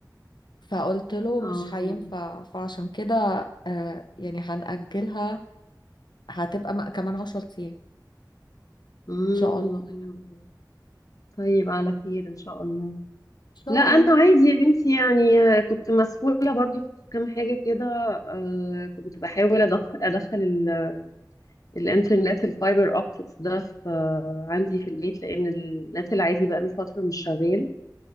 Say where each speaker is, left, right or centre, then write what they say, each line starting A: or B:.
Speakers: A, on the left (about 80°); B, on the left (about 50°).
A: فقلت له
B: اه
A: مش هينفع فعشان كده آه يعني هنأجلها هتبقى م- كمان عشر أيام إن
B: مم.
A: شاء الله
B: مم.
A: إن
B: طيب على خير ان شاء الله
A: شاء
B: لا انا
A: الله
B: عادي يا بنتي يعني آه، كنت مسؤولة برضو في كام حاجة كده آه، كنت بحاول أدخ- ادخل ال- الانترنت الفايبر اوبتكس ده في آه، عندي في البيت لان النت العادي بقى له فترة مش شغال